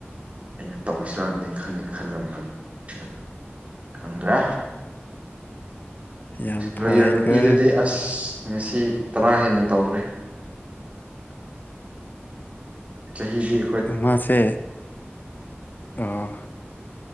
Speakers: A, on the right; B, on the left.
A: ꯑꯩꯅ ꯇꯧꯁꯤꯔꯅꯗꯤ ꯈꯗꯤ ꯈꯜꯂꯝꯃꯅꯤ ꯑꯩꯅ ꯈꯪꯗ꯭ꯔꯦ
B: ꯌꯥꯝ ꯐꯩꯀꯣ
A: ꯂꯣꯌꯔ ꯅꯨꯄꯤꯗꯨꯗꯤ ꯑꯁ꯫ ꯉꯁꯤ ꯇꯔꯥ ꯍꯦꯟꯅ ꯇꯧꯔꯦ꯫ ꯆꯍꯤꯍꯤꯗꯤ꯫
B: ꯃꯥꯁꯦ ꯑꯥ꯫